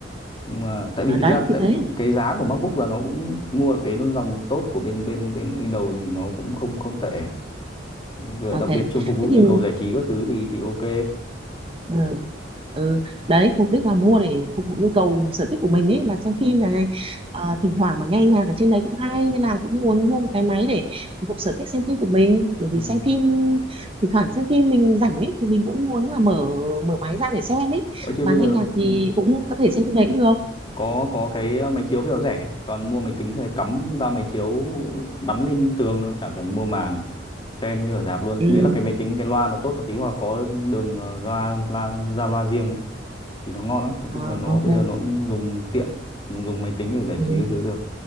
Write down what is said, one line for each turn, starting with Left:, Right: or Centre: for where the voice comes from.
Left: nhưng mà tại vì
Right: à,
Left: thực
Right: đấy
Left: ra
Right: thì
Left: tại,
Right: thế
Left: cũng- cái giá của MacBook là nó cũng mua được cái dòng tốt của bên bên bên Windows thì nó cũng không không tệ Và
Right: ok
Left: đặc biệt trong phục vụ
Right: thế thì
Left: nhu cầu giải trí các thứ thì thì ok
Right: ờ, ờ, ừ, đấy mục đích là mua để phục vụ nhu cầu sở thích của mình ấy là xem phim
Left: ừ.
Right: này Ờ, thỉnh thoảng mà nghe nhạc ở trên đấy cũng hay nên là cũng muốn mua một cái máy để phục vụ sở thích xem phim của mình bởi vì
Left: ừ.
Right: xem phim thỉnh thoảng xem phim mình rảnh ấy thì mình cũng muốn là mở mở máy ra để xem ấy
Left: Ở trên
Right: và
Left: bây
Right: nghe
Left: giờ
Right: nhạc
Left: ừ.
Right: thì cũng có thể xem trên đấy cũng được
Left: có có cái ờ, máy chiếu bây giờ rẻ toàn mua máy tính rồi cắm ra máy chiếu bắn lên tường thôi chả cần mua màn xem như ở rạp luôn
Right: ừ
Left: miễn là cái máy tính cái loa nó tốt một tí hoặc có đường ờ, loa loa ra loa riêng ấy, thì nó ngon lắm nói
Right: ờ,
Left: chung là nó
Right: ok
Left: bây giờ nó cũng dùng tiện dùng, dùng máy tính để giải
Right: ừ,
Left: trí cái thứ được